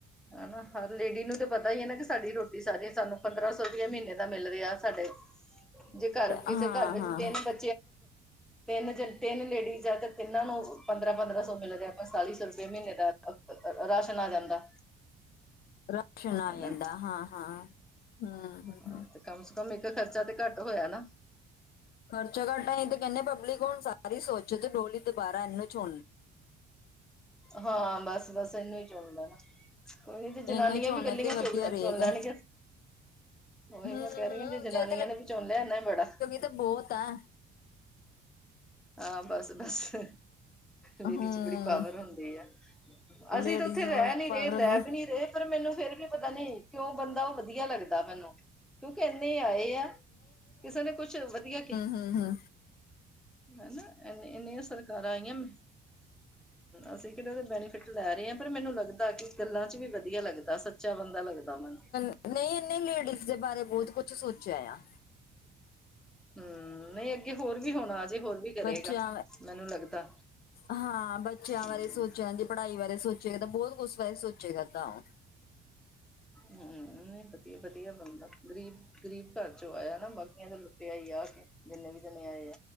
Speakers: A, in the centre; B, on the left (about 65°).
A: ਹਨਾ ਹਰ ਲੇਡੀ ਨੂੰ ਤੇ ਪਤਾ ਈਏ ਨਾ ਕਿ ਸਾਡੀ ਰੋਟੀ ਸਾਰੀ ਸਾਨੂੰ ਪੰਦਰਾਂ ਸੌ ਰੁਪਇਆ ਮੀਨੇ ਦਾ ਮਿਲ ਰਿਆ ਸਾਡੇ ਜੇ ਕਾਰ ਕਿਸੇ
B: ਹਾਂ
A: ਕਾਰ ਵਿੱਚ
B: ਹਾਂ
A: ਤਿੰਨ ਬੱ ਤਿੰਨ ਜ ਤਿੰਨ ਲੇਡੀਜ਼ ਆ ਤਿੰਨਾਂ ਨੂੰ ਪੰਦਰਾਂ-ਪੰਦਰਾਂ ਸੌ ਮਿਲ ਰਿਹਾ ਪਨਤਾਲੀ ਸੌ ਰੁਪਏ ਮੀਨੇ ਦਾ ਰਾਸ਼ਨ ਆ ਜਾਂਦਾ।
B: ਰਾਸ਼ਨ ਆ
A: ਹਨਾ
B: ਜਾਂਦਾ ਹਾਂ-ਹਾਂ ਹੂੰ ਹੂੰ,
A: ਹਾਂ
B: ਹੂੰ।
A: ਤੇ ਕਮ ਸੇ ਕਮ ਇੱਕ ਖਰਚਾ ਤੇ ਕੱਟ ਹੋਇਆ ਨਾ।
B: ਖਰਚਾ ਘੱਟ ਆ ਤੇ ਕਹਿੰਦੇ ਪਬਲਿਕ ਹੁਣ ਸਾਰੀ ਸੋਚੇ ਤੇ <unintelligible> ਦੁਬਾਰਾ <unintelligible> ਏਨੂੰ ਚੁਣ।
A: ਹਾਂ ਬਸ-ਬਸ ਇਨੂੰ ਈ ਚੁਣ ਲੈਣ। ਓਹੀ ਤੇ ਜਨਾਨੀਆਂ
B: ਇਹਨੂੰ ਚੁਣਨੇ
A: ਵੀ ਕੱਲੀਆਂ
B: ਤੇ ਵਧੀਆ
A: ਚੁਗ
B: ਰਹੇਗਾ
A: ਚੁਣ ਲੈਣਗੀਆਂ। ਉਹੀ
B: ਹਮ ਹਮ
A: ਮੈਂ ਕਹਿ ਰਹੀ ਆ ਜਨਾਨੀਆਂ
B: ਜੇ
A: ਨੇ ਵੀ ਚੁਣ ਲਿਆ ਏਨਾ ਈ ਬੜਾ।
B: ਤੇ ਬੋਤ ਐ।
A: ਹਾਂ ਬੱਸ-ਬੱਸ। ਲੇਡੀ
B: ਹਮ
A: ਚ ਬੜੀ ਪਾਵਰ ਹੁੰਦੀ ਐ, ਅਸੀਂ
B: ਲੇਡੀਜ਼
A: ਤੇ ਉੱਥੇ ਰੈ ਨੀ
B: ਪਾਵਰ
A: ਲੈ
B: ਦੇ
A: ਵੀ ਨੀ ਰੇ। ਪਰ ਮੈਨੂੰ ਫੇਰ ਵੀ ਪਤਾ ਨੀ ਕਿਉਂ ਬੰਦਾ ਉਹ ਵਧੀਆ ਲੱਗਦਾ ਮੈਨੂੰ। ਕਿਉਂਕਿ ਇੰਨੇ ਆਏ ਆ ਕਿਸੇ ਨੇ ਕੁਛ ਵਧੀਆ ਕੀ
B: ਹੂੰ-ਹੂੰ।
A: ਹਨਾ ਇੰਨੇ ਇੰਨੀਆ ਸਰਕਾਰਾ ਆਈਆ ਹਮ ਅਸੀਂ ਕੇੜਾ ਇਦਾ ਬੈਨੀਫਿਟ ਲੈ ਰਹੇ ਆ ਪਰ ਮੈਨੂੰ ਲੱਗਦਾ ਕਿ ਗੱਲਾਂ ਚ ਵੀ ਵਧੀਆ ਲੱਗ ਦਾ ਸੱਚਾ ਬੰਦਾ ਲੱਗਦਾ ਮੈਨੂੰ।
B: ਨਈ ਇਨੇ ਲੇਡੀਜ਼ ਦੇ ਬਾਰੇ ਬੋਤ ਕੁਛ ਸੋਚਿਆ ਆ।
A: ਹੂੰ ਨਈ ਅੱਗੇ ਹੋਰ ਵੀ ਹੋਣਾ ਅਜੇ ਹੋਰ ਵੀ ਕਰੇਗਾ
B: ਬੱਚਿਆ
A: ਮੈਨੂੰ ਲੱਗਦਾ
B: ਹਾਂ ਬੱਚਿਆ
A: ਹਮ
B: ਬਾਰੇ ਸੋਚ ਬੱਚਿਆਂ ਦੀ ਪੜ੍ਹਾਈ ਬਾਰੇ ਸੋਚਿਆ ਗਾ ਤਾਂ ਬੋਤ ਕੁਛ ਬਾਰੇ ਸੋਚ ਕਰਦਾ ਔ।
A: ਹੂੰ ਨਈ ਵਧੀਆ-ਵਧੀਆ ਬੰਦਾ, ਗਰੀਬ ਗਰੀਬ ਘਰ ਚੋਂ ਆਇਆ ਨਾ ਬਾਕੀਆਂ ਤਾਂ ਲੁਟਿਆ ਈ ਆ ਕੇ ਜਿੰਨੇ ਵੀ ਜਨੇ ਆਏ ਆ।